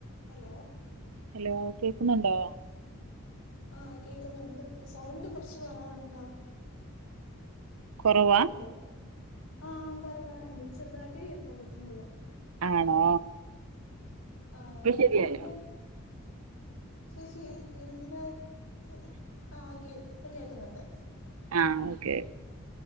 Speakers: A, on the left; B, on the right.
A: Hello
B: hello കേക്കുന്നുണ്ടോ?
A: ആ കേക്കുന്നുണ്ട് ബട്ട്‌ സൗണ്ട് കൊറച്ച് കൊറവാണല്ലോ
B: കുറവാ
A: ഹലോ ആ കൊറവാ എന്താ ചെറുതായിട്ടേ കേൾക്കാൻ പറ്റുന്നുള്ളു
B: ആണോ
A: <unintelligible>
B: ഇപ്പൊ ശരിയായോ
A: ചേച്ചി ഇതിനകത്ത് ആ ഓക്കെ ഇപ്പം കേക്കുന്നുണ്ട്
B: ആ ഓക്കെ.